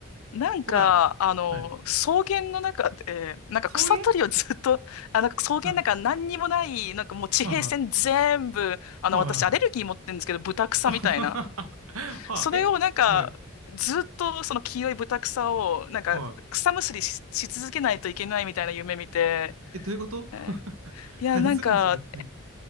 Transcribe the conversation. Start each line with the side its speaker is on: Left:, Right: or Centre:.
Left: なんか、
Right: ホラー。
Left: あの、
Right: はい。
Left: 草原の中で、なんか草取りをずっと、
Right: 送迎
Left: あ、なんか草原なんか何にもない、
Right: はい。
Left: なんかもう地平線全部、
Right: はいはい。
Left: あの、
Right: はい。
Left: 私アレルギー持ってるんですけど、ブタみたいな。
Right: あはは <laughs> ははえはい。
Left: それをなんか、ずっとその黄色いブタを、なんか草むしりし、
Right: は
Left: し続けないといけないみたいな夢見て、
Right: い。え、どういうこと <laughs>
Left: えーいや、
Right: 何すんのそれ。
Left: なんか、
Right: はい。